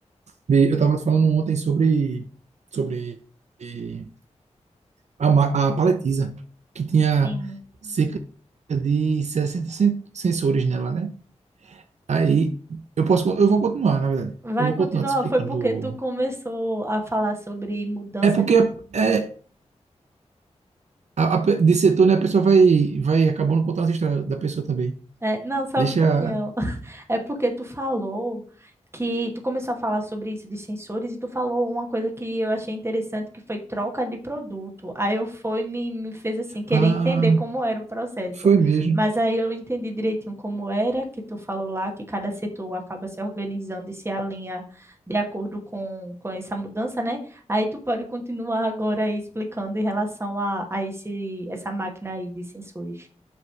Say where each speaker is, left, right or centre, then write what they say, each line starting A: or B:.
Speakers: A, on the right; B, on the right.
A: vê, eu estava falando ontem sobre, sobre eh, a, ma- a paletiza, que tinha
B: Sim.
A: cerca de 60 sen- sensores nela, né? Aí, eu posso, con- eu vou continuar, na verdade.
B: vai
A: Eu vou
B: continuar.
A: continuar te explicando.
B: Foi porque
A: do-
B: tu começou a falar sobre mudança
A: É porque
B: de.
A: é, é, a- a pe- de setor, né? A pessoa vai, vai acabando contando as histórias da pessoa também.
B: é, não, só
A: Deixa.
B: um minutinho. É porque tu falou que tu começou a falar sobre isso de sensores e tu falou uma coisa que eu achei interessante que foi troca de produto. Aí eu fui me, me fez assim querer
A: Ah,
B: entender como era o processo.
A: Foi mesmo.
B: Mas aí eu entendi direitinho como era que tu falou lá que cada setor acaba se organizando e se alinha de acordo com, com essa mudança, né? Aí tu pode continuar agora aí explicando em relação a, a esse essa máquina aí de sensores.